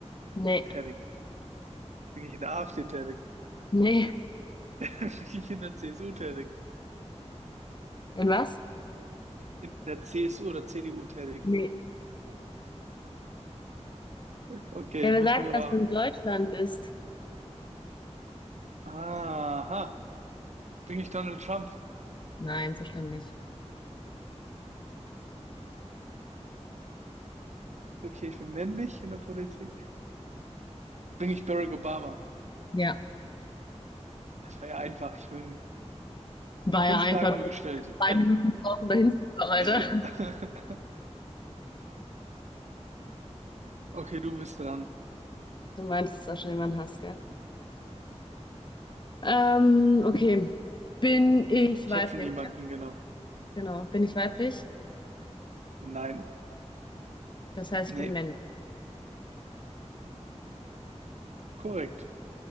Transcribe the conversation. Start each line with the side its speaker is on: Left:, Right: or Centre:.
Left: nee,
Right: tätig? Bin ich in der AfD tätig?
Left: nee.
Right: <laughs> Bin ich in der CSU tätig?
Left: Und was?
Right: In der CSU oder CDU tätig?
Left: Nee.
Right: Okay,
Left: Ja,
Right: ich
Left: wir
Right: muss
Left: sagen,
Right: mir.
Left: dass du in Deutschland bist.
Right: Aha. Bin ich Donald Trump?
Left: Nein, so schlimm nicht.
Right: Okay, ich bin männlich in der Politik. Bin ich Barack Obama?
Left: Ja,
Right: Das war ja einfach. Ich bin
Left: war
Right: fünf
Left: ja einfach
Right: Fragen nur
Left: nur
Right: gestellt.
Left: zwei Minuten brauchen, da hinzukommen, Alter.
Right: <laughs> Okay, du bist dran.
Left: Du meinst, dass du auch schon jemanden hast, gell? Ähm, okay. Bin ich
Right: Ich
Left: weiblich?
Right: habe schon jemanden, genau.
Left: Genau. Bin ich weiblich?
Right: Nein,
Left: Das heißt,
Right: nee,
Left: ich bin männlich.
Right: korrekt.